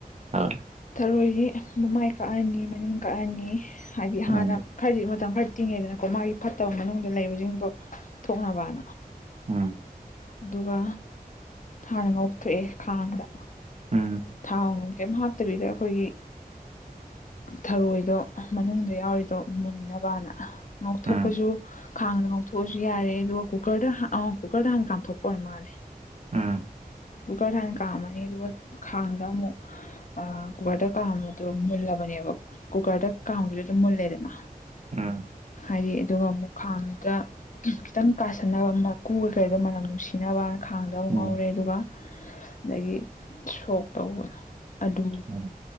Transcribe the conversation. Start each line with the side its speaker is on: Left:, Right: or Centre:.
Right: ꯍꯣꯏ
Left: ꯑꯔꯣꯏꯗꯤ ꯃꯃꯥꯏ ꯀꯛꯑꯅꯤ ꯃꯅꯤꯡ ꯀꯛꯑꯅꯤ ꯍꯥꯏꯗꯤ ꯍꯥꯟꯅ
Right: ꯎꯝ
Left: ꯈꯔꯗꯤ ꯃꯇꯝ ꯈꯔꯗꯤ ꯐꯠꯇꯤꯡꯉꯦꯗꯅꯀꯣ ꯃꯥꯒꯤ ꯐꯠꯇꯕ ꯃꯅꯨꯡꯗ ꯂꯩꯕꯁꯤꯡꯗꯣ ꯊꯣꯛꯅꯕꯅ
Right: ꯎꯝ
Left: ꯑꯗꯨꯒ ꯍꯥꯟꯅ ꯉꯧꯊꯣꯛꯑꯦ ꯈꯥꯡꯗ
Right: ꯎꯝ
Left: ꯊꯥ ꯑꯃ ꯀꯩꯝ ꯍꯥꯞꯇꯕꯤꯗ ꯑꯩꯈꯣꯏꯒꯤ ꯊꯔꯣꯏꯗꯣ ꯃꯅꯨꯡꯗ ꯌꯥꯎꯔꯤꯗꯣ ꯃꯨꯟꯅꯕꯅ ꯉꯥꯎꯊꯣꯛꯄꯁꯨ
Right: ꯎꯝ
Left: ꯈꯥꯡꯗ ꯉꯧꯊꯣꯛꯑꯁꯨ ꯌꯥꯔꯦ ꯑꯗꯨꯒ ꯀꯨꯀꯔꯗ ꯑ ꯀꯨꯀꯔꯗ ꯍꯥꯟꯅ ꯀꯥꯝꯊꯣꯛꯄ ꯑꯣꯏꯔ ꯃꯥꯜꯂꯦ
Right: ꯎꯝ
Left: ꯇꯒ ꯊꯅ ꯀꯃꯅꯤ ꯈꯥꯡꯗ ꯑꯃꯨꯛ ꯀꯨꯀꯔꯗ ꯀꯥꯝꯕꯗꯣ ꯃꯨꯜꯂꯕꯅꯦꯕ ꯀꯨꯀꯔꯗ ꯀꯥꯕꯗꯨ ꯂꯅ
Right: ꯎꯝ
Left: ꯍ ꯑꯗꯨꯒ ꯑꯃꯨꯛ ꯈꯥꯡꯗ ꯈꯤꯇꯪ ꯀꯥꯁꯟꯅꯕ ꯃꯀꯨ ꯀꯩꯗꯣ ꯃꯅꯝ ꯅꯨꯡꯁꯤꯅꯕꯅ ꯈꯥꯡꯗꯕ ꯉꯧꯔꯦ
Right: ꯎꯝ
Left: ꯑꯗꯨꯒ ꯑꯗꯒꯤ ꯁꯣꯛ ꯇꯧꯕꯗ ꯑꯗꯨ
Right: ꯎꯝ